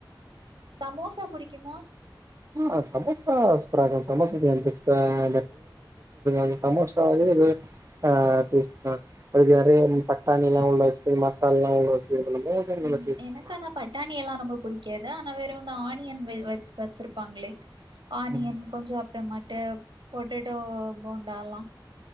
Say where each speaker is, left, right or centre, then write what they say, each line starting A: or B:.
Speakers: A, on the right; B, on the right.
A: சமோசா புடிக்குமா
B: ஆ சமோசா <unintelligible> இரு ஆ <unintelligible> சமோசாவே ஆ <unintelligible> அதுக்கு நெறைய பட்டாணில்லா உள்ள வச்சு மசாலல்லா உள்ள வச்சு இது பண்ணும்போது அது
A: ம்
B: நல்லா டேஸ்ட்
A: எனக்கு
B: நல்லா
A: ஆனா பட்டாணியெல்லா ரொம்ப பிடிக்காது ஆனா வெறு இந்த ஆனி ஆனியன் வெ வெஜ் வச்சிருப்பாங்களே
B: இருக்கு
A: ஆனியன்
B: ம்
A: கொஞ்ச அப்புறமாட்டு பொட்டேட்டோ போன்டால்லா